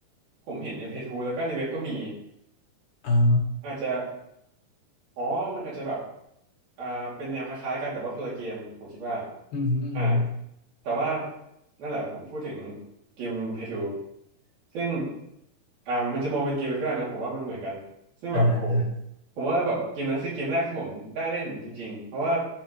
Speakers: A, on the right (about 85°); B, on the left (about 70°).
A: ผมเห็นในเพจทูแล้วก็ในเว็บก็มี
B: อ๋อ
A: อาจจะ อ๋อมันอาจจะแบบอ่าเป็นแนวคล้ายๆกันแต่ว่าคนละเกมผมคิดว่า
B: อือฮึอือฮึ
A: อ่าแต่ว่านั่นแหละผมพูดถึงเกมเพทูซึ่งอ่ามันจะมองเป็นเกมเว็บก็ได้นะผมว่ามันเหมือนกันซึ่งแบบโอ้โห
B: อ่าฮะอ่าฮะ
A: ผมว่าแบบเกมนั้นคือเกมแรกที่ผมได้เล่นจริงๆเพราะว่า